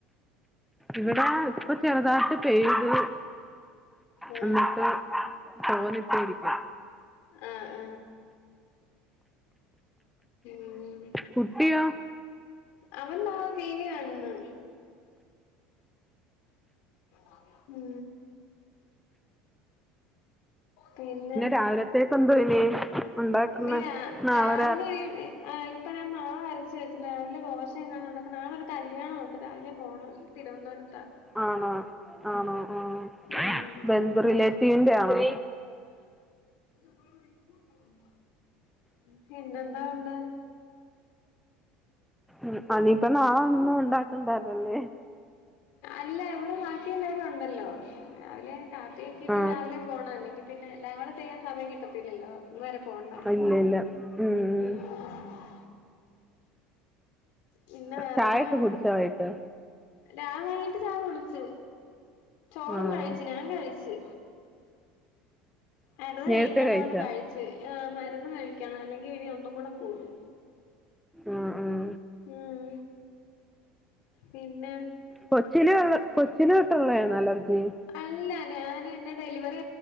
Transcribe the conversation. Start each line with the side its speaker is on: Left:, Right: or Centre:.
Centre: ഇവിടെ ഇപ്പൊ ചെറുതാട്ട് പെയ്ത്
Left: ആ
Centre: അന്നിട്ട് <unintelligible>
Left: ആ ആ ഉം
Centre: കുട്ടിയോ
Left: അവൻ ദേ റ്റിവി കാണുന്നു ആ ഉ പിന്നെ
Centre: രാവിലത്തേക്ക് എന്തോ ഇനി ഉണ്ടാക്കുന്നെ
Left: ഇന്ന
Centre: നാളെ
Left: രാവിലെ ആ ഇനിപ്പ ഞൻ മാവ്അരച്ച വെച്ച് രാവിലെ ദോശ എങ്ങാനും ഉണ്ടാക്കാം, നാളെ ഒരു കല്ലിയാണം ഉണ്ട് രാവിലെ പോകണം തിരുവനന്തപുരതാ
Centre: ആണോ ആണോ ആ
Left: ഉം ഉം
Centre: ബന്ധു റിലേറ്റീവിന്റെ ആണോ
Left: ഉ <inaudible> പിന്നെന്താ ഉണ്ട്
Centre: ഉ അനിയിപ്പ നാ ഒന്നും ഉണ്ടാക്കണ്ടരല്ലേ
Left: അല്ല ഇവിടെ ബാക്കി എല്ലാവാരും ഉണ്ടല്ലോ രാവിലെ കാത്തിൊക്കിട്ട്
Centre: ആ
Left: രാവിലെ പോകണം അല്ലെങ്കിൽ പിന്നെ എല്ലാം കൂടെ ചെയ്യാൻ സമയം കിട്ടത്തില്ലല്ലോ ഇതു വരെ പോണ്ടായ
Centre: ഇല്ല ഇല്ല ഉം
Left: ഉ ആ പിന്നെ വേറെന്താ
Centre: ചായ ഒക്കെ
Left: ഉണ്ട്
Centre: കുടിച്ചോ വൈകിട്ട്
Left: രാവൈകിട്ട് ചായ കുടി ച്ചു ചോറും
Centre: ആഹ്
Left: കഴിച്ചു ഞാൻ കഴിച്ചു <inaudible> ഏട്ടൻ
Centre: നേരത്തെ
Left: കഴിക്കണ്ടത്
Centre: കഴിച്ചാ
Left: കൊണ്ട് കഴിച്ച് ആ മരുന്ന് കഴിക്കണം അല്ലെങ്കിൽ ഇനി ഒന്നും കൂടെ കൂടും
Centre: ആഹ ആഹ
Left: ഉം പിന്നെ
Centre: കൊച്ചിലെഉള്ള കൊച്ചില തൊട്ടുള്ളതാണ് അലർജി ഉം
Left: അല്ല ഞാൻ എന്റെ ഡെലിവറി